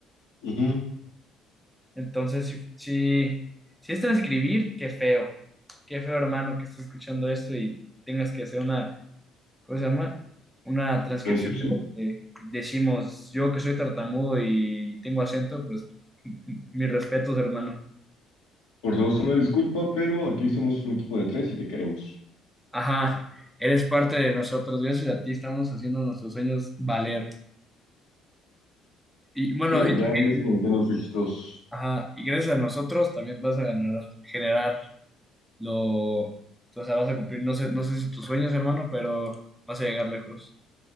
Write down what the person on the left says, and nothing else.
Ujú,
Transcripción.
Por dos, una disculpa, pero aquí somos un equipo de tres y te queremos.
Sí,
ya había ese Nintendo Switch 2.